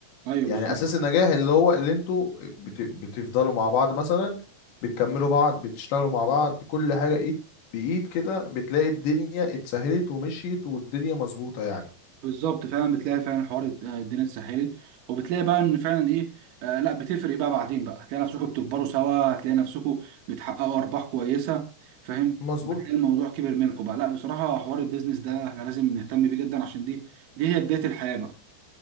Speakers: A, on the right (about 65°); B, on the left (about 80°).
A: ايوه
B: يعني
A: بالظ-
B: أساس النجاح اللي هو اللي انتوا بت... بتفضلوا مع بعض مثلا بتكملوا بعض بتشتغلوا مع بعض كل حاجة إيد بإيد كده بتلاقي الدنيا اتسهلت ومشيت والدنيا مظبوطة يعني
A: بالظبط فعلا بتلاقي فعلا حوار الد- الدنيا اتسهلت وبتلاقي بقى ان فعلا ايه آه لا بتفرق بقى بعدين بقى هتلاقي نفسكم بتكبروا سوا هتلاقي نفسكم بتحققوا ارباح كويسه فاهم
B: مظبوط
A: بتلاقي الموضوع كبر منكم بقى لا بصراحه حوار البيزنس ده احنا لازم نهتم بيه جدا عشان دي دي هي بدايه الحياه بقى